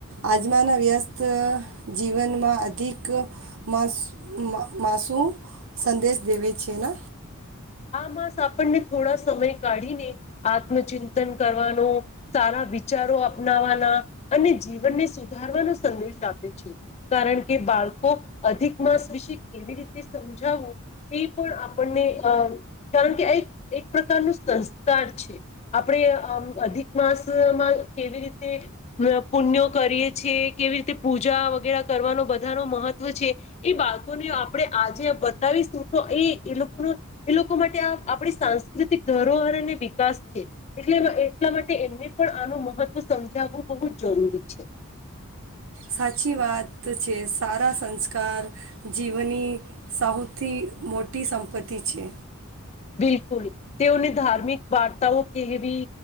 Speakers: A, on the right; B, on the left.
A: આજમાના વ્યસ્ત જીવનમાં અધિકસ માસ માસુ સંદેશ દેવે છે ને
B: આસ આપણને થોડા સમય કાઢીને આત્મચિંતન કરવાનો સારા વિચારો અપનાવાના અને જીવનને સુધારવાનો સંદેશ આપે છે કારણ કે બાળકો અધિક માસ વિશે કેવી રીતે સમજાવું એ પણ આપણને અ કારણ કે આ એક એક પ્રકારનું સંસ્કાર છે આપણે અ અધિક માસમાં કેવી રીતે પુણ્યો કરીએ છે કેવી રીતે પૂજા વગેરે કરવાનો બધા ન મહત્વ છે એ બાળકોને આપણે આજે બતાવીશું તો એ એ લોકોનું એ લોકો માટે આ આપણી સાંસ્કૃતિક ધરોહરને વિકાસ છે એટલે એટલા માટે એમને પણ આનું મહત્વ સમજાવવું બહુ જ જરૂરી છે
A: સાચી વાત છે સારા સંસ્કાર જીવની સૌથી મોટી સંપત્તિ છે
B: બિલકુલ તેઓને ધાર્મિક વાર્તાઓ કહેવી